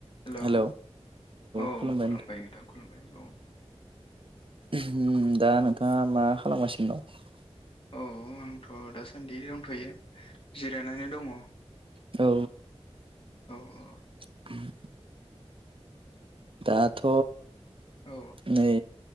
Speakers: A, on the left; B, on the right.
A: Hello
B: hello औ
A: औ
B: खुलुमबाय
A: नोंथां खुलुमबाय औ
B: उम दा नोंथांङा मा खालामगासिनो दं?
A: औ आंथ' दासान्दि दंथ'यो जिरायनानै दङ।
B: दं औ।
A: औ अ।
B: <inaudible> दाथ'
A: औ
B: नै